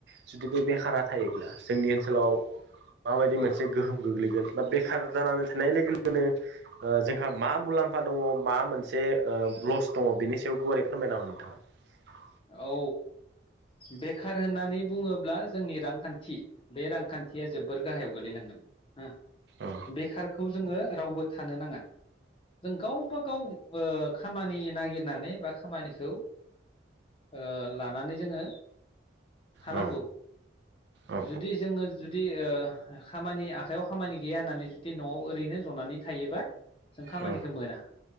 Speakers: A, on the right (about 60°); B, on the left (about 30°).
A: जुदि बे बेखारा थायोब्ला जोंनि ओनसोलाव माबायदि
B: औ
A: मोनसे गोहोम गोग्लैगोन बा बेखार जानानै थानाय लोगो लोगोनो ओ जोंहा मा मुलाम्फा दङ माबा मोनसे लस दङ बेनि सायाव गुवारै फोरमायना हो नोंथाङा
B: औ बेखार होननानै बुङोब्ला जोंनि रांखान्थि बे रांखान्थिया जोबोर गाहायाव गोलैलांगोन ओम
A: औ
B: बेखारखौ जोङो रावबो थानो नाङा। जों गावबा गाव ओ खामानि नागिरनानै बा खामानिखौ ओ लानानै जोंङो थानांगौ
A: औ औ
B: जुदि जोंङो जुदि ओ खामानि आखाइयाव खामानि गैया होननानै जुदि न'आव ओरैनो जनानै थायोबा जों खामानिखौ
A: औ
B: मोना